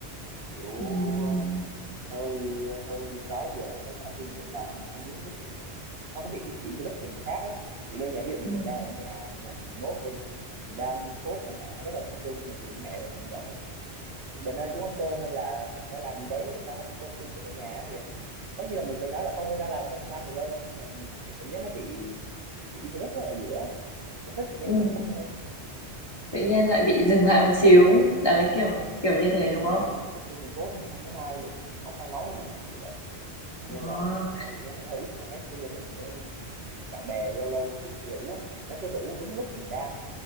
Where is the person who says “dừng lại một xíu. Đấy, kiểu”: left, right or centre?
Left